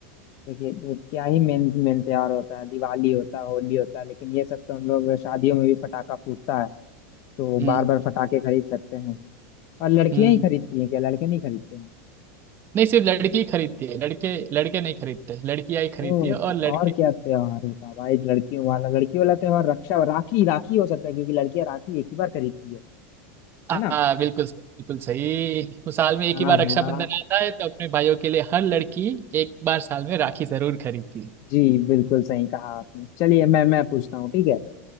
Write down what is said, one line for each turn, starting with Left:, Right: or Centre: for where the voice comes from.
Left: देखिए तो क्या ही मेन मेन त्योहार होता है दिवाली होता है होली होता है लेकिन ये सब तो हम लोग शादियों में भी फटाका फूटता है तो
Right: हम्म
Left: बार बार फटाके खरीद सकते हैं और लड़कियां
Right: हम्म
Left: ही खरीदती हैं क्या लड़के नहीं खरीदते हैं
Right: नहीं सिर्फ लड़की खरीदती है लड़के लड़के नहीं खरीदते लड़कियां ही खरीदती
Left: ओ
Right: है और
Left: तो
Right: लड़के
Left: और क्या त्योहार होता है भाई लड़कियों वाला लड़कियों वाला त्योहार रक्षा राखी राखी हो सकता है क्योंकि लड़कियां राखी एक ही बार खरीदती है
Right: हाँ
Left: है ना
Right: बिल्कुल सही बिल्कुल सही वो साल में एक
Left: हाँ
Right: ही
Left: हाँ
Right: बार रक्षाबंधन आता है तो अपने भाइयों के लिए हर लड़की एक बार साल में राखी जरूर खरीदती है
Left: जी बिल्कुल सही कहा आपने चलिए मैं मैं पूछता हूँ ठीक है